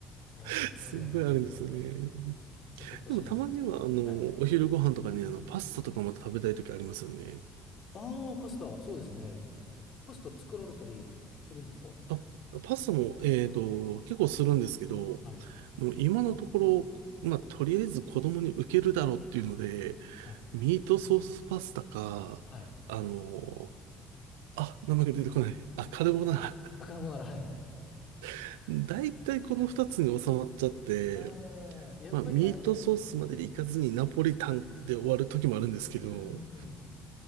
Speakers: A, on the left; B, on the right.
A: いやー、
B: <laughs> すっごいあるんですよね。
A: そうなんですよ。めっちゃほっとしますね。
B: でもたまには、あの、
A: はい。
B: お昼ご飯とかにあの、パスタとかも食べたい時ありますよね。
A: ああ、パスタ、そうですね。パスタ作られたりするんですか
B: あ、パスタも、えっと、結構するんですけど、
A: はい。
B: もう今のところ、まあ、とりあえず子供に受けるだろうっていうので、
A: はい。
B: ミートソースパスタか、
A: はい。
B: あの、あ、名前が出てこない。あ、カルボナーラ。
A: あカルボナーラ、はい。
B: <laughs> だいたいこの二つに収まっちゃって、
A: ああ、やっぱりあの、
B: まあ、ミートソースまでいかずにナポリタンで終わる時もあるんですけど、
A: うん。